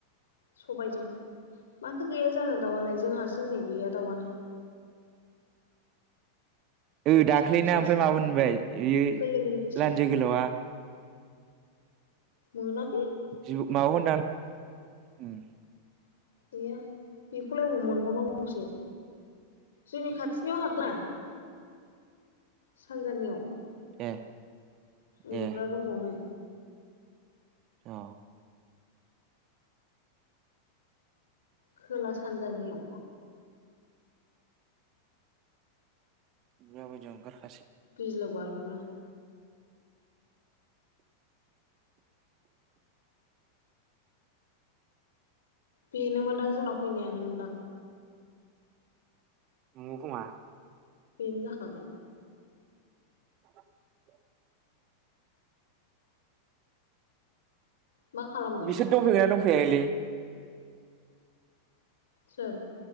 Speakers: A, on the left (about 65°); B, on the right (about 35°).
A: सबायजों, मानोथो गैया जानो दाउआलाय जोंहासो नै गैया दाउआनो।
B: ओ
A: फिसा
B: दाख्लैना
A: फिसासो
B: ओमफ्राय मामोन होनबाय बेयो
A: गोरलै गोरलैसो
B: लान्जाय गोलावआ?
A: मोना।
B: जिबौ, माबाखौ होनदां। उम
A: गैया, बेखौलाय ओबाव मोनबावनांगौसै जोंनि खाथिनियाव हाबा? सानजानियाव।
B: ए
A: उन्दुग्रा
B: ए
A: रुमावनो
B: औ।
A: खोला सानजानियाव।
B: <unintelligible>
A: गिलु-बालु। <unintelligible> बेनो मोनदां जोंनाव फैनायानो मोनदां।
B: नोंगौ खोमा।
A: बेनो जाखागोन।
B: <inaudible>
A: मा खालामदों
B: बिसोर दंफैयोना दं <unintelligible>
A: सोर?